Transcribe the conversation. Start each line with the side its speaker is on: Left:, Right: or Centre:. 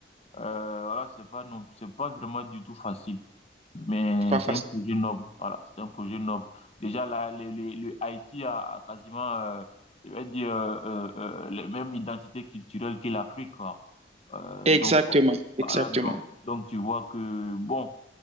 Left: euh, voilà, c'est pas non, c'est pas vraiment du tout facile. Mais
Right: C'est pas facile.
Left: c'est un projet noble. Voilà, c'est un projet noble. Déjà, là, le, le, le Haïti a, a quasiment, euh, je vais dire, euh, euh, euh, les mêmes identités culturelles que l'Afrique, quoi. Euh,
Right: Exactement,
Left: donc, bon,
Right: exactement,
Left: voilà, donc, donc tu vois que, bon,